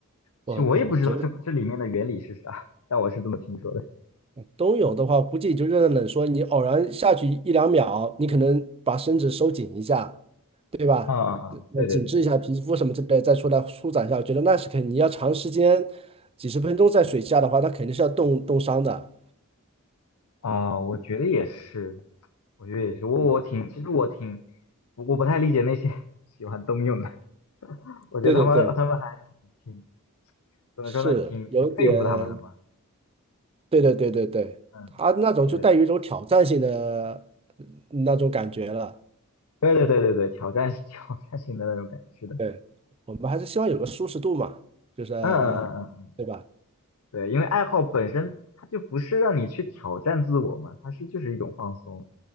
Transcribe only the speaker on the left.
其实我也不知道这这里面的原理是啥，但我是这么听说的。
啊啊啊！
对对对，
啊，我觉得也是，我觉得也是，我我挺，
其实我挺，我我不太理解那些 <laughs> 喜欢冬泳的，我觉得他们他们还挺挺
怎么说呢，
挺挺佩服他们的嘛。
嗯，
对，
对对对对对，挑战 <laughs> 挑战性的那种感觉，是的，
嗯嗯嗯嗯嗯，
嗯对，因为爱好本身它就不是让你去挑战自我嘛，它是就是一种放松，